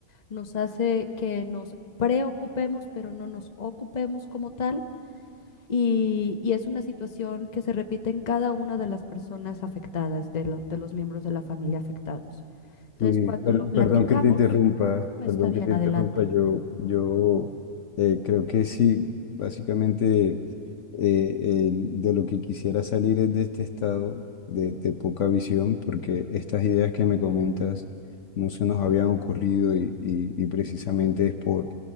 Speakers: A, on the left (about 35°); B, on the left (about 65°).
A: nos hace que nos preocupemos, pero no nos ocupemos como tal, y, y es una situación que se repite en cada una de las personas afectadas, de, lo- de los miembros de la familia afectados. Entonces,
B: Y
A: cuando
B: per-
A: lo platicamos,
B: perdón que te interrumpa,
A: no
B: perdón
A: está bien,
B: que te
A: adelante.
B: interrumpa, yo, yo eh, creo que sí, básicamente eh, el- de lo que quisiera salir es de este estado de, de poca visión, porque estas ideas que me comentas no se nos habían ocurrido y, y- y precisamente es por,